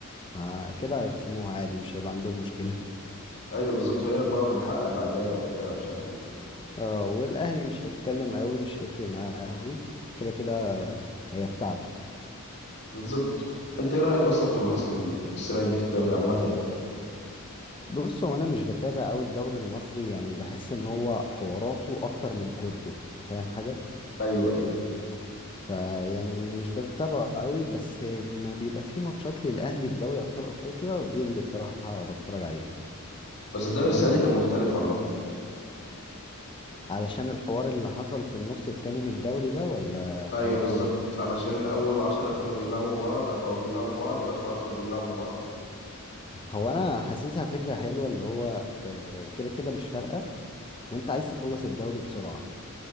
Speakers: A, on the left (about 25°); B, on the left (about 50°).
A: ه- كده هيخصموها عادي مش هيبقى عندهم مشكلة
B: ايوه بالظبط هيقول لك بقى بنحقق العداله وبتاع مش عارف ايه
A: <laughs> اه والاهلي مش هيتكلم قوي مش هيفرق معاه قوي كده كده هي بتاعته
B: بالظبط انت ايه رأيك اصلا في اللي حصل السنة دي في الدوري عامة يعني
A: بص هو انا مش بتابع قوي الدوري المصري يعني بحس ان هو حواراته اكتر من كورته فاهم حاجة
B: ايوه ايوه
A: فيعني مش بتابعه قوي بس ما بيبقى فيه ماتشات للاهلي في دوري ابطال افريقيا دي اللي بصراحة بتفرج عليها
B: بس الدوري
A: دي
B: السنة
A: اللي ب...
B: دي كان مختلف عامة
A: علشان الحوار اللي حصل في النص التاني من الدوري ده ولا
B: ايوه
A: حاجات
B: بالظبط
A: تانية
B: علشان اول عشرة كانوا بيلعبوا بعض بقوا بيلعبوا بعض واخر عشرة بيلعبوا بعض
A: هو انا حاسسها فكره حلوه اللي هو آه، كده كده مش فارقه وانت عايز تخلص الدوري بسرعه